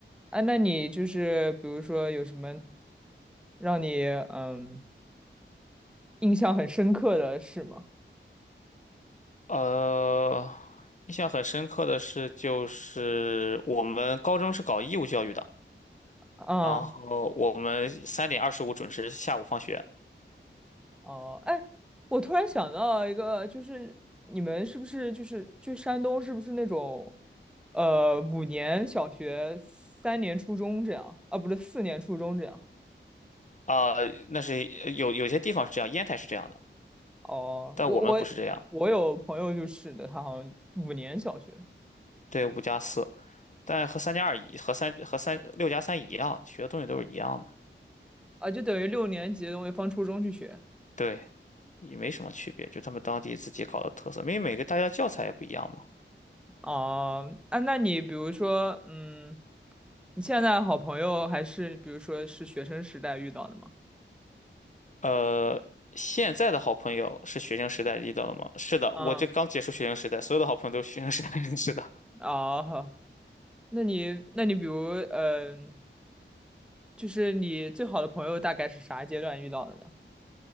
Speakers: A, in the centre; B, on the left.
A: 哎，那你就是比如说有什么让你嗯印象很深刻的事吗？
B: 呃，印象很深刻的是，就是我们高中是搞义务教育的，
A: 啊，
B: 然后我们三点二十五准时下午放学。
A: 哦，哎，我突然想到一个，就是你们是不是就是去山东，是不是那种呃五年小学、三年初中这样？啊，不是四年初中这样。
B: 啊、那是有有些地方是这样，烟台是这样的，
A: 哦，
B: 但我们不是这样。
A: 我我我有朋友就是的，他好像五年小学
B: 对，五加四，但和三加二一和三和三六加三一样，学的东西都是一样的。
A: 啊，就等于六年级的东西放初中去学。
B: 对。也没什么区别，就他们当地自己搞的特色，因为每个大家教材也不一样嘛。
A: 哦，啊，那你比如说，嗯，你现在好朋友还是比如说是学生时代遇到的吗？
B: 呃，现在的好朋友是学生时代遇到的吗？是的，
A: 嗯，
B: 我这刚结束学生时代，所有的好朋友都是学生时代认识的。
A: 哦，那你那你比如，嗯，就是你最好的朋友大概是啥阶段遇到的呢？